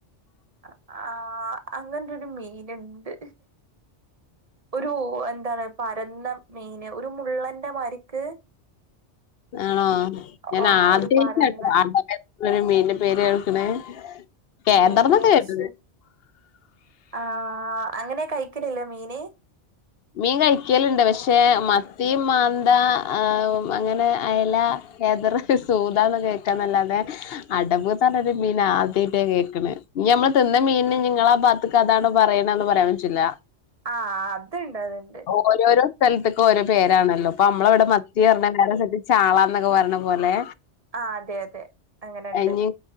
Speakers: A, on the right; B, on the left.
A: അ ആഹ് അങ്ങനൊരു മീനുണ്ട് ഒരു എന്താണ് പരന്ന മീന് ഒരു മുള്ളന്റെ മാരിക്ക്
B: ആണോ ഞാനാദ്യായിട്ടാട്ടോ
A: ഒ ഒരു പരന്ന
B: അങ്ങനെയുള്ളൊരു മീന്റെ പേര് കേൾക്കണേ കേദർന്നൊക്കെ
A: ഏ അത്
B: കേട്ടത്
A: ശരി ആ അങ്ങനെ കഴിക്കലില്ലോ മീന്
B: മീൻ കഴിക്കല്ണ്ട് പക്ഷെ മത്തി മാന്ത ആ അങ്ങനെ അയല ഏതറ് ഈ സൂദാന്ന് കേൾക്കാന്നല്ലാതെ അടവ്ന്ന് പറഞ്ഞൊരു മീന് ആദ്യായിട്ടാ കേൾക്ക്ണ് ഇനി നമ്മള് തിന്ന മീന് ഇഞ്ഞ് ഇങ്ങളാ പാ ത്ത്‌ക്ക് അതാണ് പറയിണെന്ന് പറയാൻ പറ്റില്ല
A: ആഹ് അത്ണ്ട് അത്ണ്ട്
B: ഓരോരോ സ്ഥലത്ത്ക്ക് ഓരോ പേരാണല്ലോ ഇപ്പ നമ്മളെവിടെ മത്തി പറഞ്ഞ വേറെ സ്ഥലത്ത് ചാളാന്നൊക്കെ പറയ്ണ പോലെ
A: ആഹ് അതെ അതെ അങ്ങനെണ്ട്
B: ഇനി